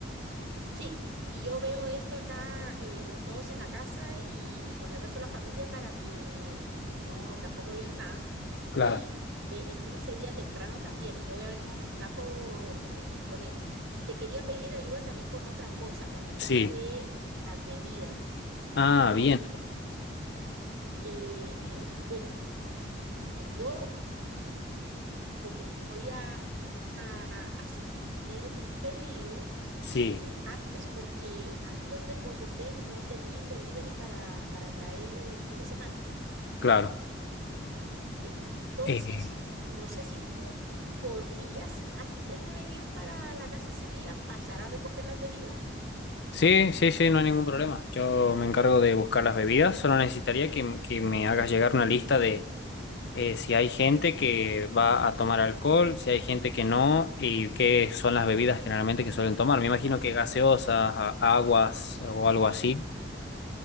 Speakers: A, on the right (about 85°); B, on the left (about 60°).
A: Sí, y yo veo esto acá eh, con todos en la casa y, y con el resto de la familia para que no tampoco digan nada
B: Claro.
A: y ve, estén ese día temprano también y yo voy a ver cómo me escapo eh, con él. Te quería pedir ayuda también con otra cosa, con el tema
B: Sí.
A: de las bebidas,
B: Ah,
A: porque,
B: bien.
A: eh, bueno, yo... vo- voy a, a hacer un pedido
B: Sí,
A: eh, antes porque ahí donde consulté no tenían delivery para, para traer el fin de semana.
B: claro.
A: Entonces,
B: Eh,
A: no sé si tú podrías, antes de venir para la casa ese día, pasar a recoger las bebidas.
B: sí, sí, sí, no hay ningún problema. Yo me encargo de buscar las bebidas. Solo necesitaría que, que me hagas llegar una lista de eh, si hay gente que va a tomar alcohol, si hay gente que no y qué son las bebidas generalmente que suelen tomar. Me imagino que gaseosas, a- aguas o algo así.
A: Sí,